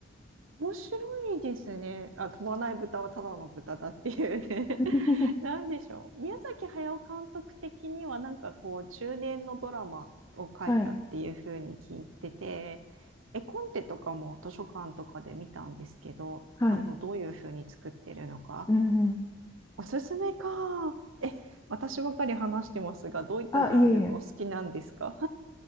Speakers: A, on the right (about 85°); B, on the left (about 15°).
A: 面白いですね。あ、飛ばない豚はただの豚だっていうね。
B: <laughs>
A: <laughs> なんでしょう。宮崎駿監督的には、なんかこう、中年のドラマを書いたっていうふうに聞いてて、
B: はい。
A: 絵コンテとかも図書館とかで見たんですけど、
B: はい。
A: あの、どういうふうに作ってるのか。
B: うんうん。
A: おすすめか。え、私ばかり話してますが、どういったジャンルがお好きなんですか
B: あ、いえいえ。